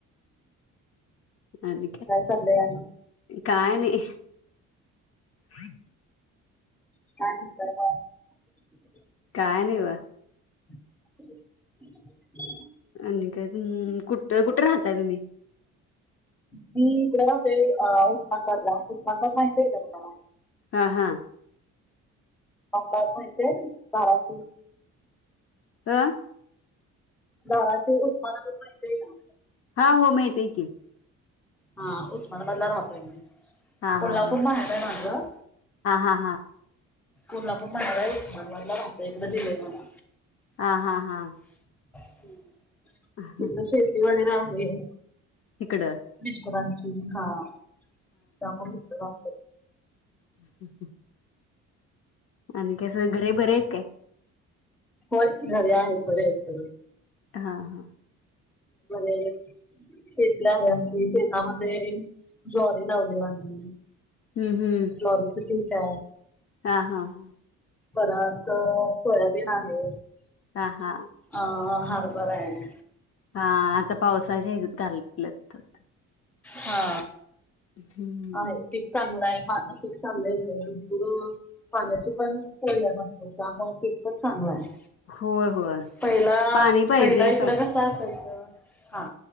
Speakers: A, on the left (about 50°); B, in the centre.
A: आणि काय
B: काय चाललंय आणि
A: काय नाही. <inaudible>
B: काय म्हणताय म
A: काय नाही बघा
B: <inaudible>
A: आणि काय कुठ कुठे राहताय तुम्ही
B: मी इकडं राहतोय उस्माबादला. उस्माबाद माहिते का तुम्हाला.
A: हा हा
B: <unintelligible> धाराशिव
A: अ
B: धाराशिव, उस्मानाबाद माहितेय का?
A: हा हो, माहिती हाय की.
B: हा, उस्मानाबादला राहतोय मी.
A: हा
B: कोल्हापूर
A: हा हा
B: माहेर आहे माझं
A: हा हा
B: कोल्हापूर माहेर आहे, उस्मानाबादला रहतोय. इकडे दिलंय मला.
A: हा हा हा
B: हम्म.
A: हा
B: तिकडं शेती वैगेरे <unintelligible>
A: इकडं
B: मिस्टरांनी अं हा. <unintelligible>
A: हम्म हम् आणि कसं हाय, घरे बरं हायत काय?
B: हो घरी आहेत बरे आहेत बरे.
A: हा हा.
B: <inaudible> शेतला <unintelligible> आहे आमची शेतामध्ये जरी दोरे लावलेवाणी.
A: हम्म हम्म
B: ज्वारीचं पीठ <inaudible>
A: हा हा हा.
B: परत सोयाबीन आहे
A: हा हा
B: अ हरभरा हाय.
A: हा आता पावसाच्या हिजूत घालत होतं.
B: हा.
A: हम्म
B: आहे पिक चां गल हाय, पीक चांगलं येतं, दुसरं पाण्याचीपण सोय आहे त्यामुळे पीकपण चांगलं आहे.
A: होय होय
B: पहिला
A: पाणी पाहिजे
B: पहिला इकड कस असायचं हा